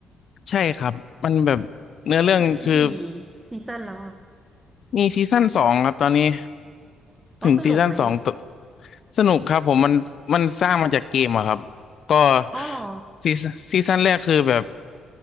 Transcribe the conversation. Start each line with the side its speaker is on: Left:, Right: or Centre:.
Left: ใช่ครับมันแบบเนื้อเรื่องคือ
Right: มันมีกี่ซีซั่นแล้วอ่ะ
Left: มีซีซั่นสองครับตอนนี้
Right: อ๋อสนุกไหม
Left: ถึงซีซั่นสองตสนุกครับผมมันมันสร้างมาจากเกมอะครับก็
Right: อ๋อเหรอ
Left: ซีซนซีซั่นแรกคือแบบ